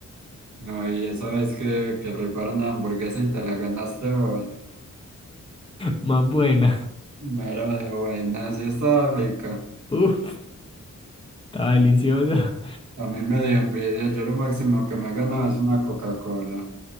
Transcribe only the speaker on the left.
<laughs> Más buena.
Uf, está deliciosa.